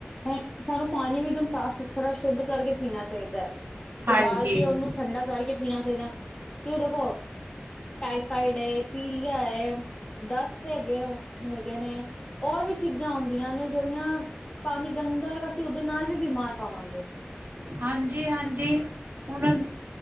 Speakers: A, on the left; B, on the right.
A: ਹੈਂ ਸਾਨੂੰ ਪਾਣੀ ਵੀ ਇੱਕਦਮ ਸਾਫ਼-ਸੁਥਰਾ, ਸ਼ੁੱਧ ਕਰਕੇ ਪੀਣਾ ਚਾਹੀਦਾ ਐ।
B: ਹਾਂਜੀ
A: ਉਬਾਲ ਕੇ ਉਹਨੂੰ ਠੰਡਾ ਕਰਕੇ ਪੀਣਾ ਚਾਹੀਦੈ, ਕਿਉਂ ਦੇਖੋ ਟਾਈਫਾਈਡ ਐ ਪੀਲੀਆ ਏ, ਦਸਤ <unintelligible> ਹੈਗੇ ਨੇ, ਹੋਰ ਵੀ ਚੀਜ਼ਾਂ ਆਉਂਦੀਆਂ ਨੇ ਜਿਹੜੀਆਂ ਪਾਣੀ ਗੰਦਾ ਹੋਏਗਾ, ਅਸੀਂ ਉਹਦੇ ਨਾਲ ਵੀ ਬਿਮਾਰ ਪਾਵਾਂਗੇ।
B: ਹਾਂਜੀ-ਹਾਂਜੀ। ਹੁਣ